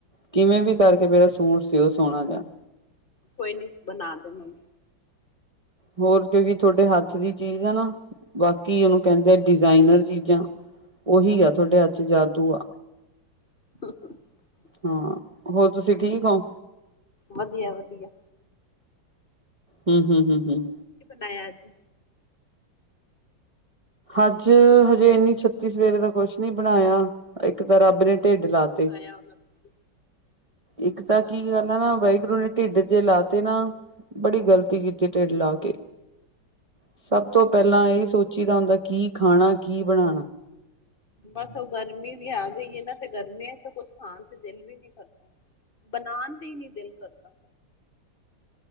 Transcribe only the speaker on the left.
ਕੋਈ ਨੀ ਬਣਾ ਦੇਵਾਂਗੇ।
<inaudible>
ਵਧੀਆ, ਵਧੀਆ।
ਦਾ ਅੱਜ।
ਅਜੇ
ਕੁਛ
ਵੀ ਨੀ ਬਣਾਇਆ ਹੋਣਾ ਤੁਸੀਂ
ਨਾਸ਼ਤਾ
ਹੋ
ਗਿਆ
ਸਹੀ
ਗੱਲ
ਬਸ ਉਹ ਗਰਮੀ ਵੀ ਆ ਗਈ ਹੈ ਨਾ ਤੇ ਗਰਮੀਆਂ ਤੋਂ ਕੁਛ ਖਾਣ ਤੇ ਦਿਲ ਵੀ ਨਹੀਂੀ ਕਰਦਾ ਬਣਾਉਣ ਤੇ ਹੀ ਨਹੀਂੀ ਦਿਲ ਕਰਦਾ